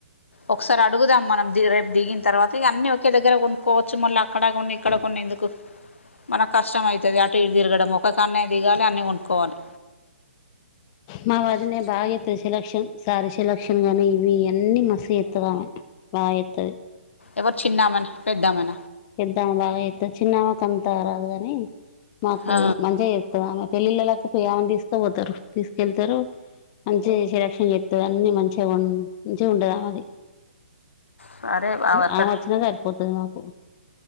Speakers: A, on the left; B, on the left.
A: ఒకసారి అడుదాం మనం రేపు దిగిన తర్వాత అన్నీ ఒకే దగ్గర కొనుక్కోవచ్చు మళ్ళ అక్కడ కొన్ని ఇక్కడ కొన్ని ఎందుకు మనకు కష్టం అయితది అటు తిరగడం ఒక కన్నే దిగాలి అన్నీ వంకోవాలి
B: మా వదినేే బాగ <unintelligible> సెలక్షన్ సారీ సెలక్షన్ గానీ ఇవి ఇవన్నీ మస్తు చేస్తది దామే <unintelligible>
A: ఎవరు చిన్నామన పెద్దామన
B: పెద్దామె బగ చేస్తది చిన్నమకు అంత రాదు కాని మాకు
A: ఆ,
B: మంచిగా చేస్తుంది ఆమె పెళ్ళిళ్ళ లకు పోయి ఏమని తీసుక పోతారు తీసుకెళ్తారు మంచిగ సెలక్షన్ <unintelligible> అన్ని మంచిగా ఉ మంచిగా <unintelligible> ఆమది
A: సరే బావ అక్కడ
B: అమ వచ్చిన సరిపోతుది మాకు